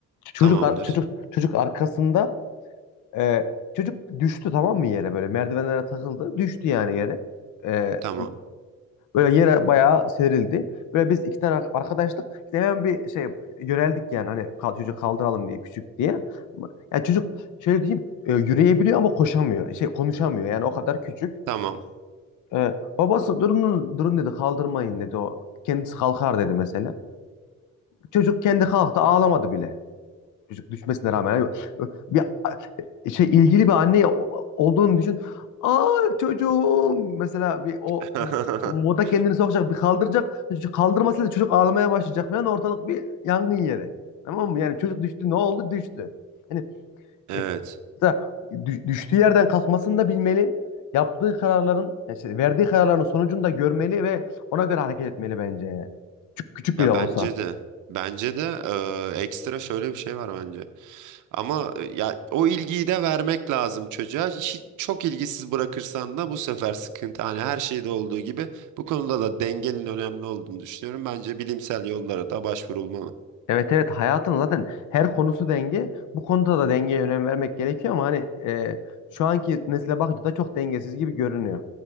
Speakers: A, on the left; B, on the right.
A: Çocuk
B: Tamamdır.
A: ar- çocuk çocuk arkasında e, çocuk düştü tamam mı yere böyle merdivenlere takıldı. Düştü yani yere. E,
B: Tamam.
A: Böyle yere bayağı serildi. Böyle biz iki tane ar- arkadaştık. İşte hemen bir şey yöneldik yani hani kal- çocuğu kaldıralım diye küçük diye. Yani çocuk şöyle diyeyim e, yürüyebiliyor ama koşamıyor. Şey konuşamıyor yani o kadar küçük.
B: Tamam.
A: E, babası durun durun dedi kaldırmayın dedi o. Kendisi kalkar dedi mesela. Çocuk kendi kalktı ağlamadı bile. Çocuk düşmesine rağmen yani bir e, şey ilgili bir anne olduğunu düşün. Aa çocuğum mesela bir o
B: <laughs>
A: moda kendini sokacak bir kaldıracak. Çocuk kaldırmasıyla çocuk ağlamaya başlayacak falan ortalık bir yangın yeri. Tamam mı? Yani çocuk düştü ne oldu? Düştü. Hani
B: Evet.
A: e, Mesela dü- düştüğü yerden kalkmasını da bilmeli. Yaptığı kararların, yani şey, verdiği kararların sonucunu da görmeli ve ona göre hareket etmeli bence yani. Küçük, küçük
B: Ya
A: bile olsa.
B: bence
A: ki.
B: de bence de eee, ekstra şöyle bir şey var bence. Ama e, ya o ilgiyi de vermek lazım çocuğa. Hiç, çok ilgisiz bırakırsan da bu sefer sıkıntı. Hani her şeyde olduğu gibi bu konuda da dengenin önemli olduğunu düşünüyorum. Bence bilimsel yollara da başvurulmalı.
A: Evet evet hayatın zaten her konusu denge. Bu konuda da dengeye önem vermek gerekiyor ama hani e, şu anki nesile bakınca da çok dengesiz gibi görünüyor.